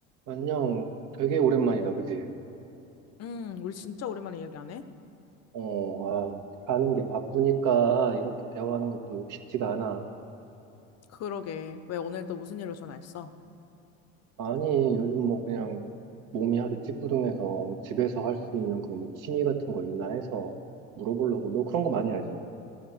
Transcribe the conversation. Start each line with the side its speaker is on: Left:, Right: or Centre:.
Right: 안녕. 되게 오랜만이다, 그지?
Left: 음, 우리 진짜 오랜만에 이야기하네?
Right: 어, 아, 사는 게 바쁘니까 이렇게 대화하는 것도 쉽지가 않아.
Left: 그러게. 왜 오늘도 무슨 일로 전화했어?
Right: 아니, 요즘 뭐 그냥 몸이 하도 찌뿌둥해서 집에서 할 수 있는 그런 뭐 취미 같은 거 있나 해서 물어보려고. 너 그런 거 많이 알잖아.